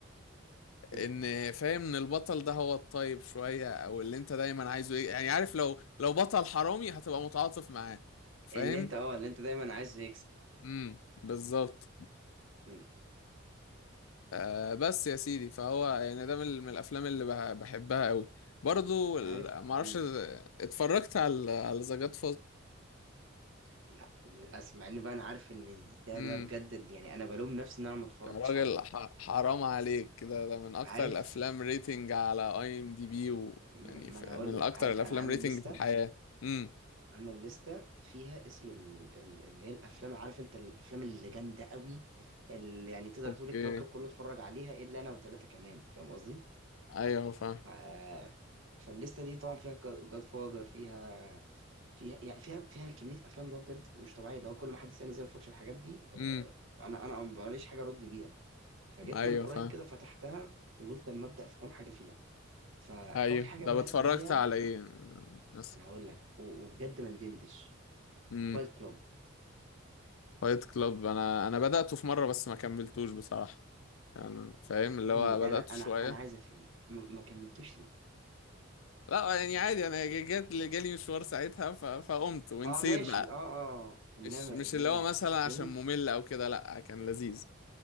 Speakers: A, on the right; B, on the left.
A: مم.
B: ان فاهم ان البطل ده هو الطيب شوية او اللي انت دايما عايزه ايه يعني عارف لو لو بطل حرامي هتبقى متعاطف معاه فاهم
A: اللي انت اه اللي انت دايما عايز يكسب
B: امم بالظبط
A: مم.
B: آه بس يا سيدي فهو يعني ده من من الافلام اللي بح- بحبها قوي برضو
A: انت
B: ال-
A: عارف
B: معرفش
A: مم.
B: اتفرجت على على ذا جاد
A: لا للاسف مع ان بقى انا عارف ان ده
B: امم
A: ده بجد اللي يعني انا بلوم نفسي ان انا ما اتفرجتش
B: يا راجل
A: عليه
B: ح- حرام عليك ده ده من اكتر
A: عارف
B: الافلام ريتنج على اي ام دي بي ويعني
A: م- ما
B: ف-
A: انا
B: من
A: هقول لك
B: اكتر
A: عارف
B: الافلام
A: انا عامل
B: ريتنج
A: لستة
B: في الحياة امم
A: عامل لستة فيها اسم ال- ال- اللي هي الافلام عارف انت الافلام اللي جامده قوي اللي يعني تقدر
B: اوكي
A: تقول الكوكب كله اتفرج عليها الا انا وثلاثه كمان فاهم قصدي؟
B: ايوه فاهم
A: ف- فالليسته دي طبعا فيها جاد فاذر فيها فيها يعني فيها فيها كميه افلام اللي هو بجد مش طبيعيه لو كل ما حد يسالني ازاي ما بتفرجش على الحاجات دي آه،
B: امم
A: انا انا ماليش حاجه ارد بيها فجيت
B: ايوه
A: من قريب
B: فاهم
A: كده فتحتها وقلت اما ابدا في كام حاجه فيها فاول
B: ايوه
A: حاجه
B: ده
A: بدات
B: اتفرجت
A: بيها
B: على ايه أمم، مثلا
A: انا هقول لك و- وبجد ما ندمتش
B: امم
A: فايت كلوب
B: فايت كلاب انا انا بدأته في مرة بس ما كملتوش بصراحة كان فاهم اللي
A: ليه
B: هو
A: لا
B: بدأته
A: لا انا
B: شوية
A: انا عايز افهم م- ما كملتوش ليه
B: لا يعني عادي انا جات جالي مشوار ساعتها ف... فقمت ونسيت
A: اه ماشي
B: بقى
A: اه اه آه. انما
B: مش مش
A: انما
B: اللي هو
A: ال-
B: مثلا
A: الفيلم
B: عشان ممل او كده لا كان لذيذ